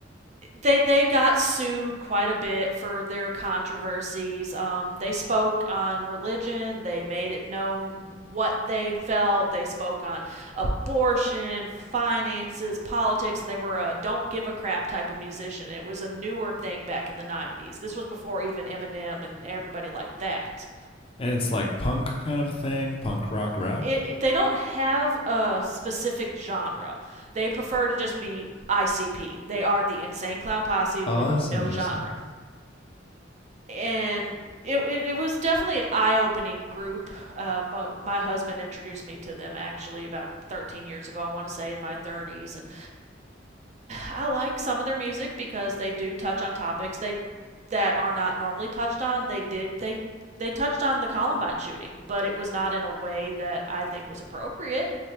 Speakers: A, on the right (about 35°); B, on the left (about 30°).
A: they they got sued quite a bit for their controversies. Um, they spoke on religion. They made it known what they felt. They spoke on abortion, finances, politics, and they were a don't give a crap type of musician. It was a newer thing back in the '90s. This was before even Eminem and everybody like that.
B: and it's like punk kind of a thing, punk rock rap.
A: It, it, they don't have a specific genre. They prefer to just be ICP. They are the Insane Clown Posse
B: Oh,
A: with
B: that's
A: no
B: interesting.
A: genre. and it, it, it was definitely an eye opening group. Uh, my, my husband introduced me to them actually about 13 years ago, I want to say in my 30s. And I like some of their music because they do touch on topics they that are not normally touched on. They did they they touched on the Columbine shooting, but it was not in a way that I think was appropriate.